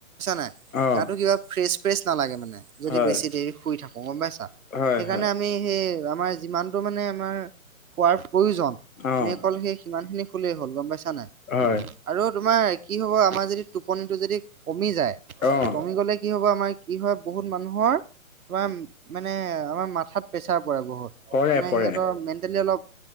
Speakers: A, on the right (about 80°); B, on the left (about 70°).
A: নাই? গাটো
B: অ',
A: কিবা ফ্ৰেচ, ফ্ৰেচ নালাগে মানে যদি
B: হয়,
A: বেছি দেৰি শুই থাকো গম পাইছা।
B: হয়,
A: সেইকাৰণে
B: হয়।
A: আমি সেই আমাৰ যিমানটো মানে আমাৰ খোৱাৰ প্ৰয়োজন
B: অ',
A: আমি অকল সেই সিমান খিনি খুলেই হ'ল গম পাইছা নাই।
B: হয়।
A: আৰু তোমাৰ কি হ'ব আমাৰ যদি টোপনিটো যদি কমি যায়।
B: অ'।
A: কমি গ'লে কি হব আমাৰ কি হয় বহুত মানুহৰ তোমাৰ মানে আমাৰ মাথাত প্ৰেছাৰ পৰে, বহুত
B: পৰে
A: মানে
B: পৰে,
A: সিহঁতৰ মেণ্টেলি অলপ